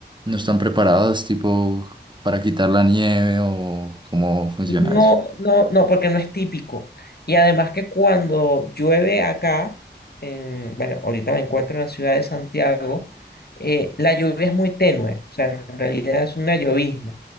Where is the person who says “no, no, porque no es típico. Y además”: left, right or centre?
Left